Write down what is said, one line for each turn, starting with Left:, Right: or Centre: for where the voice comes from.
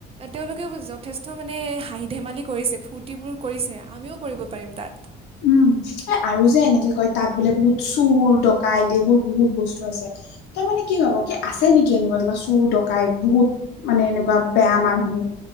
Right: তেওঁলোকেও যথেষ্ট মানে হাঁহি ধেমালি কৰিছে, ফূৰ্তিবোৰ কৰিছে, আমিও কৰিব পাৰিম তাত।
Left: উম, এ আৰু যে এনেকে কয় তাত বোলে বহুত চুৰ, ডকাইত, এইবোৰ বহুত বস্তু আছে। তাৰ মানে কি ভাব কি আছে নেকি এনেকুৱা কিবা চোৰ ডকাইত বহুত? মানে এনেকুৱা বেয়া মানুহ